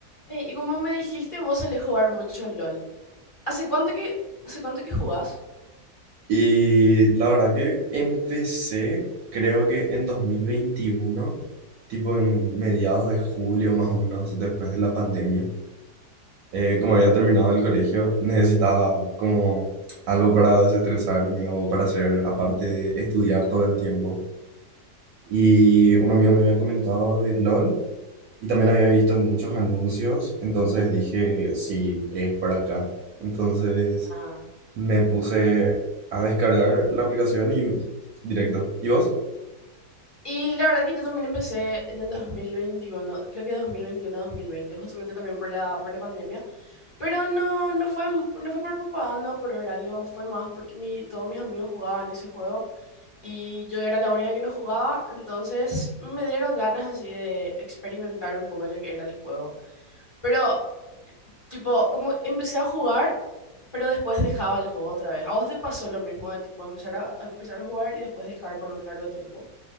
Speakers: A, on the left (about 30°); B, on the right (about 70°).
A: Eh, y como me dijiste, vos solés jugar mucho LOL. ¿Hace cuánto que, hace cuánto que jugás?
B: Y la verdad que empecé, creo que en 2021 tipo en mediados de julio más o menos, después de la pandemia. Eh, como había terminado el colegio, necesitaba como algo para desestresarme o para hacer, aparte de estudiar todo el tiempo. Y un amigo me había comentado de LOL y también había visto en muchos anuncios, entonces dije, sí, es por acá. Entonces
A: Ah,
B: me puse a descargar la aplicación y directo. ¿Y vos?
A: Y la verdad que yo también empecé en el 2021, creo que 2021-2020, justamente también por la, por la pandemia. Pero no, no fue, m- no fue por propaganda o por ver algo, fue más porque mi, todos mis amigos jugaban ese juego y yo era la única que no jugaba, entonces me dieron ganas así de experimentar un poco lo que era el juego. Pero Tipo, como empecé a jugar, pero después dejaba el juego otra vez. ¿A vos te pasó lo mismo de tipo empezar a, a empezar a jugar y después dejar por un largo tiempo?